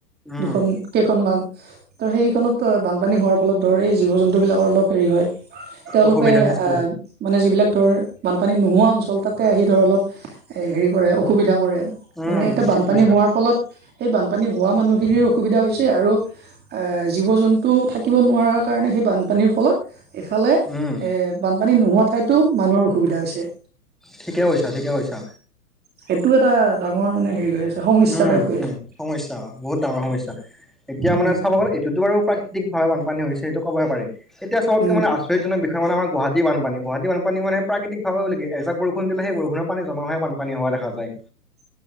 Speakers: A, in the centre; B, on the right.
A: উম
B: দুখন। কেইখনমান ত' সেইখনত বানপানী হোৱাৰ ফলত ধৰ এই জীৱ-জন্তুবিলাকৰ অলপ হেৰি হয়। তেওঁলোকে
A: অসুবিধাৰ
B: এ
A: সৃষ্টি হয়
B: মানে যিবিলাক ধৰ বানপানী নোহোৱা অঞ্চল তাতে, আহি ধৰ অলপ হেৰি কৰে অসুবিধা কৰে।
A: উম
B: মানে এতিয়া
A: উম
B: বানপানী
A: ঠিক কৈছা
B: হোৱাৰ ফলত, সেই বানপানী হোৱা মানুহখিনিৰ অসুবিধা হৈছে আৰু জীৱ-জন্তু থাকিব নোৱাৰাৰ কাৰণে সেই বানপানীৰ ফলত এইফালে
A: উম।
B: এ বানপানী নোহোৱা ঠাইতো মানুহৰ অসুবিধা হৈছে।
A: ঠিকে কৈছা, ঠিকে কৈছা।
B: সেইটো এটা ডাঙৰ মানে হেৰি হৈ আছে। সমস্যা
A: উম',
B: টাইপ হৈ
A: উম'
B: আছে
A: সমস্যা বহুত ডাঙৰ সমস্যা। এতিয়া
B: উম
A: মানে চাব গ'লে এইটো এইটো বাৰু প্ৰাকৃতিক ভাৱে বানপানী হৈছে সেইটো ক'বয়ে পাৰি, এতিয়া চবতকে
B: উম
A: মানে আচৰ্যজনক বিষ বিশেষকে মানে আমৰ গুৱাহাটী বানপানী, গুৱাহাটী বানে প্ৰাকৃতিক ভাৱে বুলি কি, এজাক বৰষুণ দিলে সেই বৰষুণৰ পানী জমা হৈ বানপানী হোৱা দেখা যায়।
B: <inaudible>